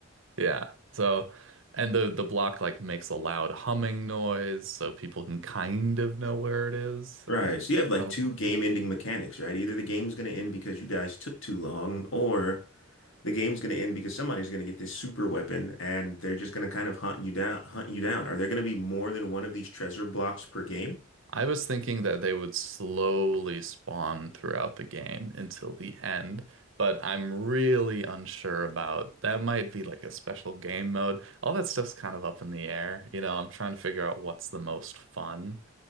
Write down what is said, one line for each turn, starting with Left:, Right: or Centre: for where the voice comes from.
Right: Yeah. So and the the block like makes a loud humming noise so people can kind of know where it is
Left: Right.
Right: and
Left: So you have like
Right: tunnel
Left: two
Right: towards
Left: game-ending
Right: it.
Left: mechanics, right? Either the game's going to end because you guys took too long, or the game's going to end because somebody's going to get this super weapon and they're just going to kind of hunt you down, hunt you down. Are there going to be more than one of these treasure blocks per game?
Right: I was thinking that they would slowly spawn throughout the game until the end, but I'm really unsure about that might be like a special game mode. All that stuff's kind of up in the air. You know, I'm trying to figure out what's the most fun,